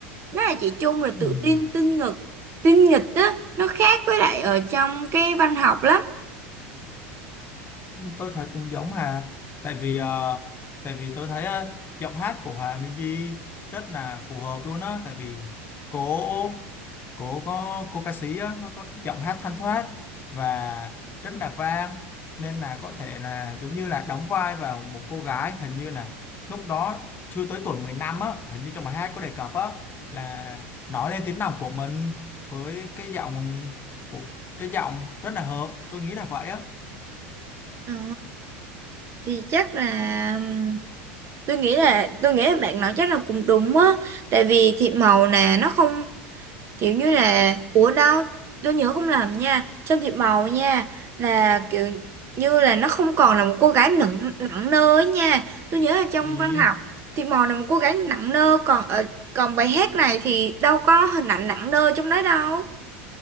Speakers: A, on the right; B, on the left.
A: rất là trẻ trung rồi tự
B: ừ.
A: tin tinh nghịch tinh nghịch á nó khác với lại ở trong cái văn học lắm
B: tôi thấy cũng giống Hà tại vì ờ, tại vì tôi thấy ờ, giọng hát của Hòa Minzy rất là phù hợp luôn á tại vì cô cô có cô ca sĩ á nó có giọng hát thanh thoát và rất là vang nên là có thể là giống như là đóng vai vào một cô gái hình như là lúc đó chưa tới tuổi 15 á hình như trong bài hát có đề cập á là nói lên tiếng lòng của mình với cái giọng của cái giọng rất là hợp tôi nghĩ là vậy á
A: Ờ, thì chắc là ừm, tôi nghĩ là tôi nghĩ là bạn nói chắc là cũng đúng á tại vì thị mẫu nè nó không kiểu như là ủa đâu tôi nhớ không lầm nha trong Thị Màu nha là kiểu như là nó không còn là một cô gái nặng nặng nơ ấy nha tôi nhớ là trong
B: vì
A: văn học Thị Màu là một cô gái nặng nơ còn ở còn bài hát này thì đâu có hình ảnh nặng nơ trong đó đâu